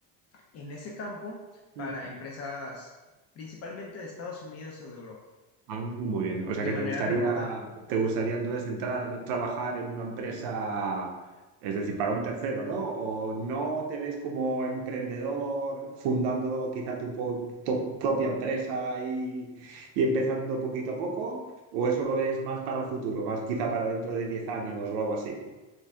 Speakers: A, on the left; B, on the right.
A: en ese campo
B: Ujú.
A: para empresas principalmente de Estados Unidos o de Europa.
B: Ah, muy bien. O sea
A: de
B: que
A: manera
B: te gustaría,
A: remota.
B: te gustaría entonces entrar a trabajar en una empresa, es decir, para un tercero, ¿no? O no te ves como emprendedor fundando quizá tu, po- tu propia empresa y, y empezando poquito a poco, o eso lo ves más para el futuro, más quizá para dentro de 10 años o algo así.